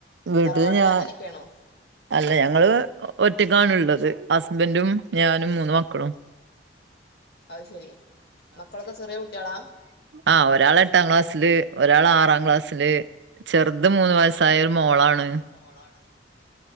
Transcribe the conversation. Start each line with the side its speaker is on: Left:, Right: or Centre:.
Right: വീട്ടില്
Left: തറവാട്ടില്
Right: ഞാ
Left: അങ്ങനെയൊക്കെയാണോ?
Right: അല്ല ഞങ്ങള് ഒറ്റക്കാണ്ള്ളത് ഹസ്ബന്റും ഞാനും മൂന്ന് മക്കളും.
Left: അത് ശരി മക്കളൊക്കെ ചെറിയ കുട്ടികളാ
Right: ആഹ് ഒരാളെട്ടാം ക്ലാസില് ഒരാള് ആറാം ക്ലാസ്സില് ചെർത് മൂന്ന് വയസായ ഒരു മോളാണ്
Left: മോളാണ്